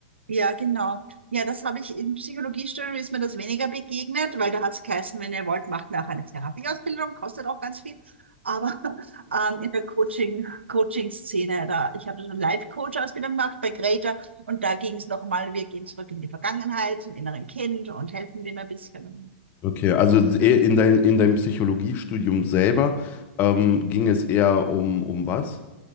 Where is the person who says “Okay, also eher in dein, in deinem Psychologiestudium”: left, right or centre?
Left